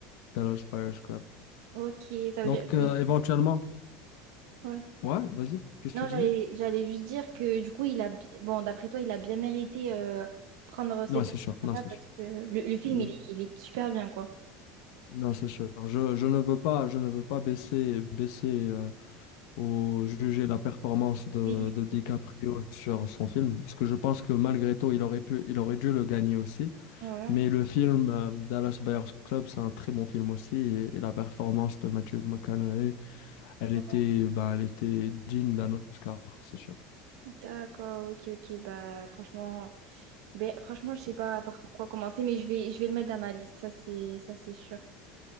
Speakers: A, on the left (about 75°); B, on the right (about 80°).
A: Dallas Buyers Club.
B: Ok, ça veut
A: Donc,
B: dire.
A: euh,
B: mais-
A: éventuellement,
B: Ouais.
A: ouais, vas-y, qu'est-ce
B: Non,
A: que tu disais?
B: j'allais, j'allais juste dire que du coup, il a. bi- Bon, d'après toi, il a bien mérité euh, prendre cette
A: Non, c'est
B: Oscar-là
A: sûr, non, c'est
B: parce
A: sûr.
B: que le, le film,
A: Mm,
B: il est, il est super bien, quoi.
A: Non, c'est sûr. Je, je ne veux pas, je ne veux pas baisser, baisser euh, ou juger la performance de,
B: oui,
A: de DiCaprio
B: oui, oui.
A: sur son film, parce que je pense que malgré tout, il aurait pu, il aurait dû le gagner aussi.
B: Ouais.
A: Mais le film euh, Dallas Buyers Club, c'est un très bon film aussi. Et, et la performance de Matthew McConaughey, elle
B: Ouais.
A: était, ben, elle était digne d'un Oscar, c'est sûr.
B: D'accord, ok, ok. Bah, franchement, ben, franchement, je sais pas par quoi commencer, mais je vais, je vais le mettre dans ma liste. Ça, c'est, ça, c'est sûr.